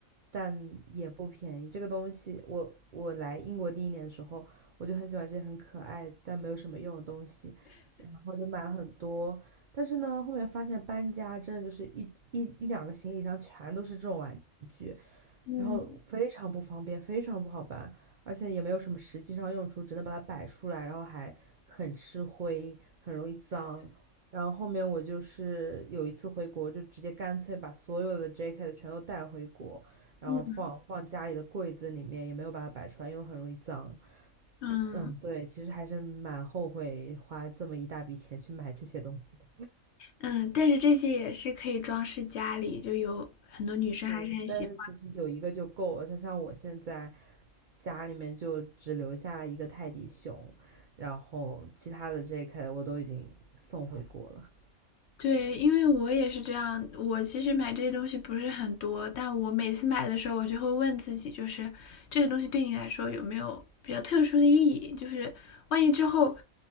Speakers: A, on the right; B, on the left.
A: 但也不便宜。这个东西，我我来英国第一年的时候，我就很喜欢这些很可爱但没有什么用的东西，然后就买了很多。但是呢，后面发现搬家真的就是一一一两个行李箱全都是这种玩具，
B: 嗯
A: 然后非常不方便，非常不好搬，而且也没有什么实际上用处，只能把它摆出来，然后还很吃灰，很容易脏。然后后面我就是有一次回国，就直接干脆把所有的 JK 的全都带回国，然后放放家里的柜子里面，
B: 嗯
A: 也没有把它摆出来，因为很容易脏。
B: 嗯
A: 嗯，对，其实还是蛮后悔花这么一大笔钱去买这些东西的。
B: 嗯，但是这些也是可以装饰家里，就有很多女生还是很喜
A: 是，但是其实有一个就够了。就像我现在家里面就只留下了一个泰迪熊，然后其他的 JK 我都已经送回国了。
B: 对，因为我也是这样，我其实买这些东西不是很多，但我每次买的时候，我就会问自己，就是这个东西对你来说有没有比较特殊的意义？就是万一之后